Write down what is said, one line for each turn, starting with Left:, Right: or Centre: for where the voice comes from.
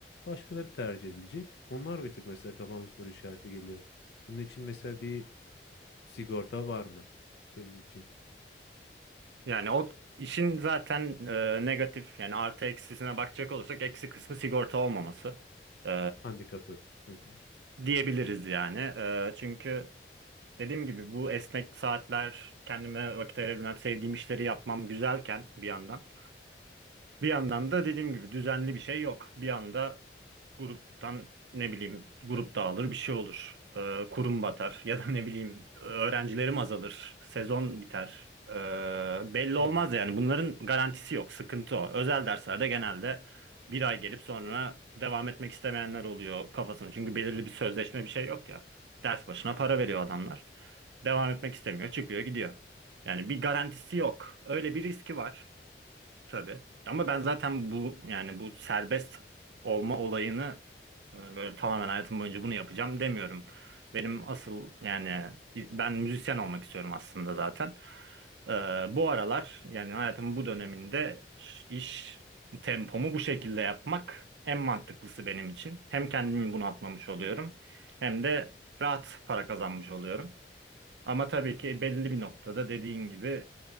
Left: Başkaları tercih edilecek. Onlar bir tık mesela kafama soru işareti geliyor. Bunun için mesela bir sigorta var mı? Senin için
Right: yani o işin zaten e, negatif yani artı eksisine bakacak olursak eksi kısmı sigorta olmaması e,
Left: handikapı. Hı hı.
Right: diyebiliriz yani. E, çünkü dediğim gibi bu esnek saatler kendime vakit ayırabilmem, sevdiğim işleri yapmam güzelken bir yandan. Bir yandan da dediğim gibi düzenli bir şey yok. Bir anda gruptan ne bileyim grup dağılır bir şey olur. Ee, kurum batar <laughs> ya da ne bileyim öğrencilerim azalır. Sezon biter. Ee, belli
Left: Hı
Right: olmaz
Left: hı.
Right: yani bunların garantisi yok. Sıkıntı o. Özel derslerde genelde bir ay gelip sonra devam etmek istemeyenler oluyor kafasına. Çünkü belirli bir sözleşme bir şey yok ya. Ders başına para
Left: Hı hı.
Right: veriyor adamlar. Devam etmek istemiyor, çıkıyor, gidiyor. Yani bir garantisi yok. Öyle bir riski var. Tabii. Ama ben zaten bu yani bu serbest olma olayını e, böyle tamamen hayatım boyunca bunu yapacağım demiyorum. Benim asıl yani ben müzisyen olmak istiyorum aslında zaten. Ee, bu aralar yani hayatımın bu döneminde ş- iş tempomu bu şekilde yapmak en mantıklısı benim için. Hem kendimi bunaltmamış oluyorum hem de rahat para kazanmış oluyorum. Ama tabii ki belli bir noktada dediğin gibi